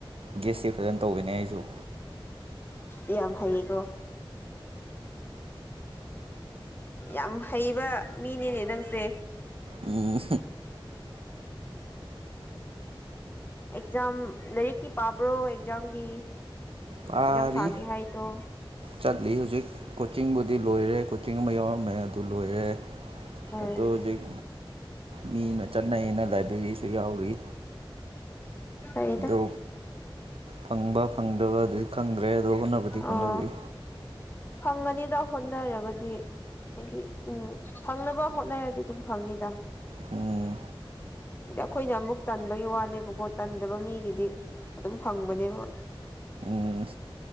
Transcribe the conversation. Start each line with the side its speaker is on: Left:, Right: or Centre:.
Right: ꯒꯦꯁꯇꯤ ꯐꯖꯅ ꯇꯧꯕꯅꯦ ꯑꯩꯁꯨ
Left: ꯏ ꯌꯥꯝ ꯐꯌꯦꯀꯣ ꯌꯥꯝ ꯍꯩꯕ ꯃꯤꯅꯤꯅꯦ ꯅꯪꯁꯦ
Right: ꯎꯝ
Left: ꯑꯦꯛꯖꯥꯝ ꯂꯥꯏꯔꯤꯛꯇꯤ ꯄꯥꯕ꯭ꯔꯣ ꯑꯦꯛꯖꯥꯝꯒꯤ
Right: ꯄꯥꯔꯤ
Left: ꯑꯦꯛꯖꯥꯝ ꯊꯥꯒꯦ ꯍꯥꯏꯗꯣ
Right: ꯆꯠꯂꯤ ꯍꯧꯖꯤꯛ ꯀꯣꯆꯤꯡꯕꯨꯗꯤ ꯂꯣꯏꯔꯦ ꯀꯣꯆꯤꯡ ꯑꯃ ꯌꯥꯎꯔꯝꯃꯦ ꯑꯗꯨ ꯂꯣꯏꯔꯦ
Left: ꯎꯝ
Right: ꯑꯗꯣ ꯍꯧꯖꯤꯛ ꯃꯤꯅ ꯆꯠꯅꯩꯩꯅ ꯂꯥꯏꯕꯔꯤꯁꯨ ꯌꯥꯎꯔꯤ
Left: ꯑꯩꯩꯗ
Right: ꯑꯗꯣ ꯐꯪꯕ ꯐꯪꯗꯕ ꯑꯗꯨꯗꯤ ꯈꯪꯗ꯭ꯔꯦ ꯑꯗꯣ ꯍꯣꯠꯅꯕꯗꯤ ꯍꯣꯠꯅꯔꯏ
Left: ꯑꯣ ꯐꯪꯒꯅꯤꯗ ꯍꯣꯠꯅꯔꯒꯗꯤ ꯍꯥꯏꯗꯤ ꯎꯝ ꯐꯪꯅꯕ ꯍꯣꯠꯅꯔꯗꯤ ꯑꯗꯨꯝ ꯐꯪꯅꯤꯗ
Right: ꯎꯝ
Left: ꯑꯗ ꯑꯩꯈꯣꯏꯅ ꯑꯃꯨꯛ ꯇꯟꯕꯒꯤ ꯋꯥꯅꯦꯕꯀꯣ ꯇꯟꯗꯕ ꯃꯤꯒꯤꯗꯤ ꯑꯗꯨꯝ ꯐꯪꯕꯅꯦꯕ
Right: ꯎꯝ